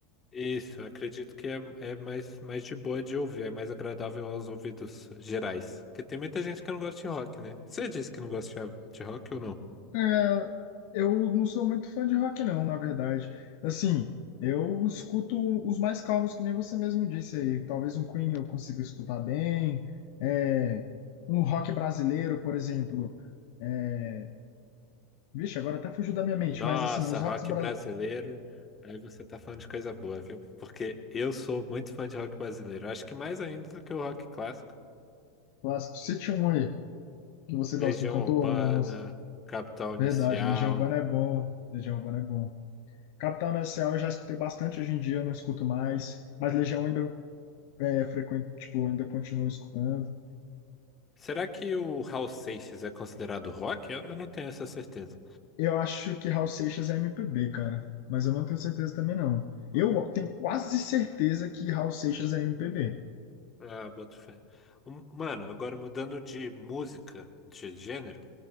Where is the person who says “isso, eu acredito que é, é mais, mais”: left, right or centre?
Left